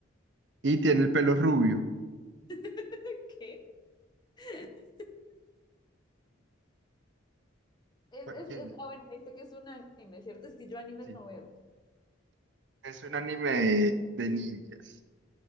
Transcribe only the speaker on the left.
<laughs> ¿Qué? Es, es,
es- ah, bueno, me dijiste que es un anime, ¿cierto? Es que yo animes
no veo.